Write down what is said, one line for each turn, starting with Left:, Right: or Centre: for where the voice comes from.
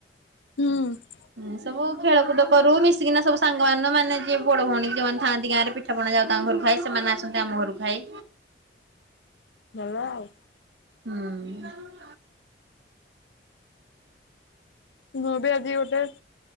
Left: ହୁଁ।
Right: ହୁଁ ସବୁ ଖେଳକୁଦ କରୁ ମିଶିକିନା ସବୁ ସାଙ୍ଗମାନ ମାନେ ଯିଏ ବଡ ଭଉଣୀ ଯେଉଁମାନେ ଥାଆନ୍ତି ଗାଆଁରେ ପିଠ୍ ପିଠାପଣା ଯାଉ ତାଙ୍କ ଘରକୁ ଖାଇ ସେମାନେ ଆସନ୍ତି ଆମ ଘରକୁ ଖାଇ।
Left: ଭଲ ଆଉ।
Right: ହୁଁ।
Left: ମୁଁ ବି ଆଜି ଗୋଟେ